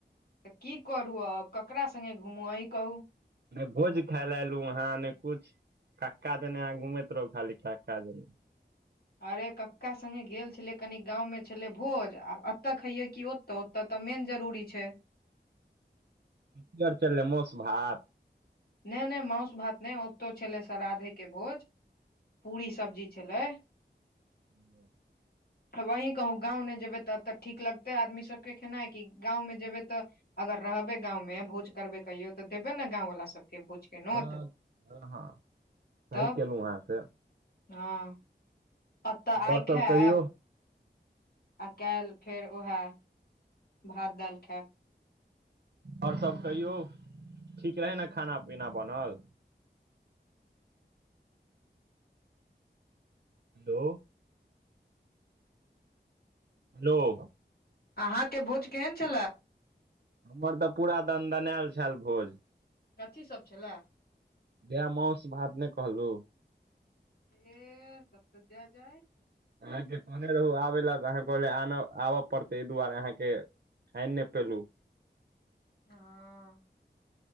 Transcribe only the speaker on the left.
तऽ की करू अब ककरा सङ्गे घुमू अहि कहू
अरे कक्का संगे गेल छलै कनी गाँवमे छलै भोज आ एतऽ खइये कि ओतऽ ओतऽ तऽ मेन जरूरी छै
नहि नहि मासु भात नहि ओतौ छलै श्रा्धेके भोज पूड़री सबजी छलै
वही कहू गाँव ने जेबै तऽ एतऽ ठीक लगतै आदमी सबके खेनाइ कि गाँवमे जेबै तऽ अगर रहबे गाँंव में भोज करबै कहियो तऽ देबे ने गाँंवाला सबके भोज के नोत
तब
हँ एतऽ
आइ
खाब
आ काल्हि फेर उएहे भात दालि खायब
अंहां के भोज केहन छलए
कथी सब छलए
ए ततऽ जय जय
हँ